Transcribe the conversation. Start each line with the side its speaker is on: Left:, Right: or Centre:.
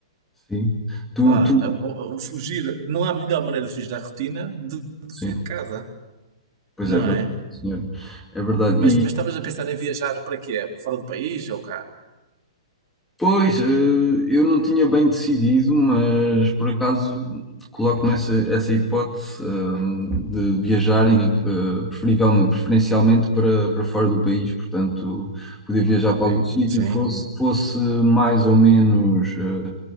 Centre: Sim. Tu,
Right: Pá,
Centre: tu,
Right: a- a- a- fugir, não há melhor maneira de fugir da rotina de, de
Centre: sim,
Right: sair de casa,
Centre: pois
Right: não
Centre: é, é verdade,
Right: é?
Centre: senhor. É verdade.
Right: Mas, mas estavas a pensar em viajar para quê? Para fora do país ou cá?
Centre: Pois, eh, eu não tinha bem decidido, mas por acaso coloco-me essa, essa hipótese, eh, de viajar, e, eh, preferivel- preferencialmente para, para fora do país, portanto, poder viajar
Right: Ok,
Centre: para algum sítio,
Right: sim.
Centre: fosse, fosse mais ou menos eh,